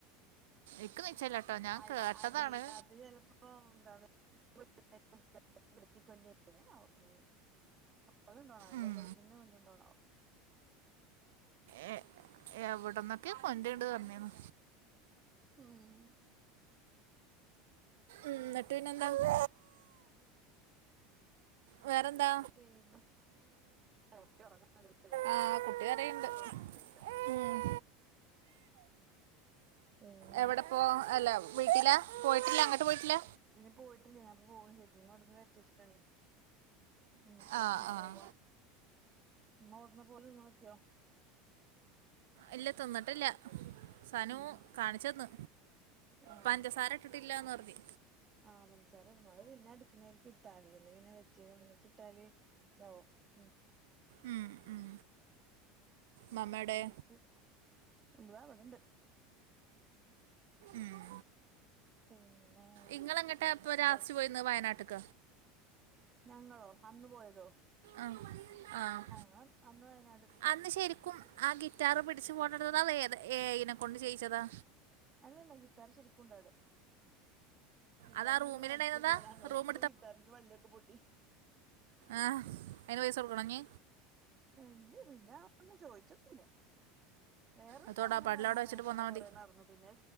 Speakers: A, on the right; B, on the right.
A: ഇക്ക് നിച്ചല്ലട്ടോ ഞാൻ
B: അ
A: കേട്ടതാണ്
B: അടി അത് ചെലപ്പോ ന്താണ് ടുണ്ടണ്ടോ <unintelligible> <unintelligible>
A: ഉം ഏഹ് എവിടന്നൊക്കെ കൊണ്ട്ട് പറഞ്ഞേനു
B: ഉം
A: ഉം ന്നിട്ട് പിന്നെന്താവോ വേറെന്താ
B: പിന്നെ <unintelligible>
A: ആഹ്
B: എണീറ്റോ
A: കുട്ടി കരയ്ണ്ട്
B: ഒറ്ങ്ങാന്നുള്ള ഓർമ്മേ ചോയിച്ചാ
A: ഉം
B: പിന്നെ
A: എവിടെ പോ അല്ല വീട്ടില പോയിട്ടില്ല അങ്ങട്ട് പോയിട്ടില്ല
B: ഇല്യ പോയിട്ടില്യ ഞാന് പോകും ചേച്ചി ഇങ്ങോട്ടൊന്ന് വെര്ത്തി വച്ചിട്ടാണേ എന്നിട്ട്
A: ആഹ്
B: വേണം
A: ആഹ്
B: പോവാൻ ഇമ്മ വിടന്ന് പോലും നോക്കിയോ
A: ഇല്ല തിന്നിട്ടില്ല സനു
B: ഉം
A: കാണിച്ചന്ന്
B: ആഹ്
A: പഞ്ചസാര ഇട്ട്ട്ടില്ലാന്നറഞ്ഞ്
B: ആഹ് പഞ്ചസാരയാണ്ന്ന് അത് തിന്നാന് <unintelligible> <unintelligible> നെ വെച്ച് ഒന്ന്ചിട്ടാല് താവോ ഉ
A: ഉം ഉം മമ്മേടെ
B: <unintelligible>
A: ഉം
B: പിന്നെ
A: ഇങ്ങളെങ്ങട്ടാ ഇപ്പൊ ലാസ്റ്റ്
B: ഇത്
A: പോയിന്ന് വയനാട്ട്ക്ക?
B: ഞങ്ങളോ അന്ന് പോയതോ?
A: അഹ് ആഹ്
B: ഞങ്ങള് അന്ന് വയനാട്
A: അന്ന് ശരിക്കും ആ ഗിറ്റാറ് പിടിച്ച് പോണെടുത ല്ല ഏത ഏയൈനെ കൊണ്ട് ചെയിച്ചതാ
B: അല്ലല്ല ഗിറ്റാർ ശരിക്കുംണ്ടാരുന്നു ഗിറ്റാറമ്മക്ക്
A: അതാ റൂമിലുണ്ടായിരുന്നതാ
B: വായിച്ചപ്പൊ ചെയ ഞങ്ങളടുത്ത്ന്ന്
A: റൂം
B: ഗിറ്റാറിന്റെ വള്ളിയൊക്കെ പൊട്ടി
A: ആഹ് അയിന് പൈസടുക്കണൊനി
B: എഞ്ഞി പിന്നാവം വന്ന്ചോയിച്ചൊന്നുല വേറൊരു
A: അതോടാ
B: സാനം
A: പള്ളവിടെ
B: കാണാതായിട്ട്
A: വെച്ചിട്ട് പോന്നാൽ
B: ഇങ്ങനെ
A: മതി
B: കൊറെ നടന്നു പിന്നെ